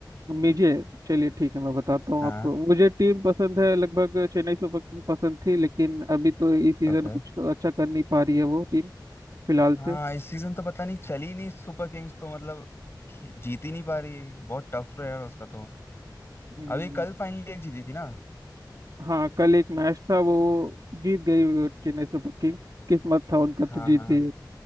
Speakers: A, on the right; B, on the left.
A: मुझे चलिए ठीक है मैं बताता हूँ
B: हाँ
A: आपको मुझे टीम पसंद है लगभग चेन्नई सुपर किंग पसंद थी लेकिन अभी तो इस सीजन
B: ओके
A: कुछ अच्छा कर नहीं पा रही है वो टीम फिलहाल
B: हाँ
A: से
B: इस सीजन तो पता नहीं चली नहीं सुपर किंग्स तो मतलब खे- जीत ही नहीं पा रही बहुत टफ रहा है उसका तो
A: हम्म,
B: अभी कल फाइनली एक जीती थी ना
A: हाँ कल एक मैच था वो जीत गई चेन्नई सुपर किंग किस्मत था उनका तो
B: हाँ
A: जीत
B: हाँ
A: गई